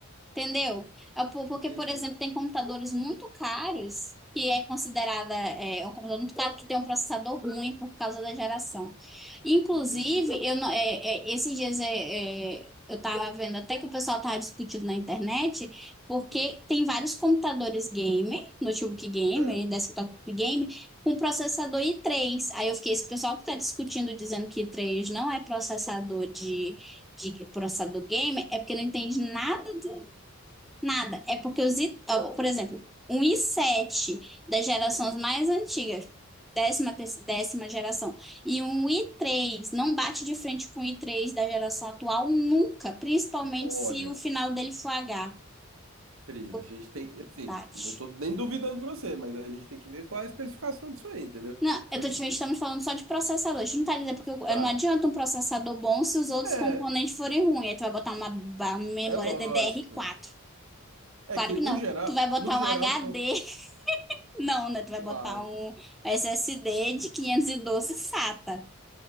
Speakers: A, in the centre; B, on the right.
A: Entendeu? É po- Porque,
B: Entendi.
A: por exemplo, tem computadores muito caros que é considerada é, é um computador muito caro que tem um processador ruim por causa da geração. Inclusive,
B: Entendi.
A: eu não, é, é, esses dias é, é, eu estava vendo até que o pessoal estava discutindo na internet, porque
B: Hum,
A: tem vários computadores gamer, notebook gamer,
B: certo.
A: desktop gamer, com processador i três. Aí eu fiquei, esse pessoal que está discutindo, dizendo que i três não é processador de de processador gamer é porque não entende nada Nada. É porque os, i- ó, por exemplo, um i sete das gerações
B: Hum.
A: mais antigas, décima, terce- décima geração, e um i três não bate de frente com o i três da geração atual nunca, principalmente
B: Olha,
A: se o final dele for H.
B: Cris,
A: Pô,
B: a gente tem que. Assim,
A: Bate.
B: não tô nem duvidando de você, mas a gente tem que ver qual é a especificação disso aí, entendeu?
A: Não, eu
B: Porque
A: tô te
B: assim,
A: estamos falando só de processador. A gente não tá dizendo porque eu-
B: tá.
A: não adianta um processador bom se os outros
B: É,
A: componentes forem ruins. Aí tu vai botar uma, ba- memória
B: é lógico.
A: ddr quatro Claro
B: É que
A: que não.
B: o geral,
A: Tu vai botar
B: no geral
A: um HD
B: que eu.
A: Não, né? Tu vai
B: Claro.
A: botar um SSD de 512 SATA.